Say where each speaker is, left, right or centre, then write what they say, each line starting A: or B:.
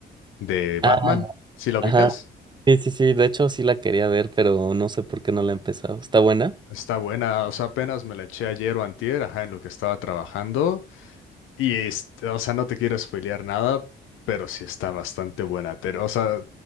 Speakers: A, on the left (about 85°); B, on the right (about 20°).
A: de Batman.
B: Ah,
A: ¿Sí la ubicas?
B: ajá. Sí, sí, sí, de hecho sí la quería ver, pero no sé por qué no la he empezado. ¿Está buena?
A: Está buena, o sea, apenas me la eché ayer o antier, ajá, en lo que estaba trabajando. Y, este, o sea, no te quiero spoilear nada, pero sí está bastante buena. te- o sea,